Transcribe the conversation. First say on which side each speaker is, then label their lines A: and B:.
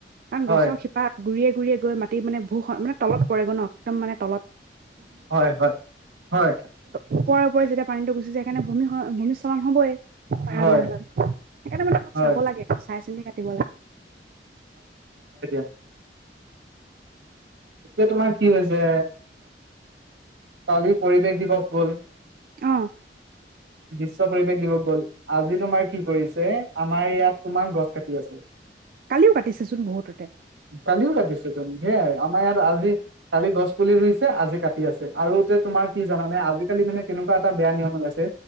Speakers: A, on the right; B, on the right.
A: কাৰ
B: হয়,
A: গছৰ শিপা গুৰিয়ে গুৰিয়য়ে গৈ মাটি মানে ভ মানে তলত পৰেগ' ন একদম মানে তলত
B: হয় হয় হয়
A: ওপৰা ওপৰি যেতিয়া পানীটো গুছি য়ায় তেতিয়া ভূমি ভূমিস্হলন হবই প়
B: হয়,
A: বিলা হত সেইকাৰণে মানে অলপ
B: হয়,
A: চাব লাগে চাই চিন্তি কাটিব লাগে
B: অয়া যে তোমাৰ কি হৈছে কালিৰ পৰিৱেশ দিৱস গ'ল
A: অ
B: বিশ্ব পৰিৱেশ দিবস গ'ল আজি তোমাৰ কি কৰিছে আমাৰ ইয়াত তোমাৰ গছ কাটি আছে
A: কালিও কাটিছেচোন বহুততে
B: কালিও কাটিছে তুম সেয়াই আমাৰ ইয়াত আজি কালি গছ তুলি ৰুইছে আজি কাটি আছে আৰু তোমাৰ কি জানানে আজিকালি মানে কেনেকুৱা এটা বেয়া নিয়ম ওলাইছে